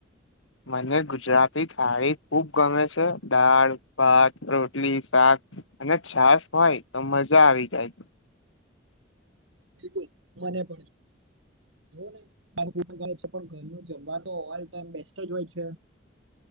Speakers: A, on the left; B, on the right.
A: મને ગુજરાતી થાળી ખુબ ગમે છે. દાળ, ભાત, રોટલી, શાક અને છાસ હોય તો મજા આવી જાય.
B: બિલકુલ મને પણ જોને <unintelligible> ઘરનું જમવા તો ઓલ ટમ બેસ્ટ જ હોય છે.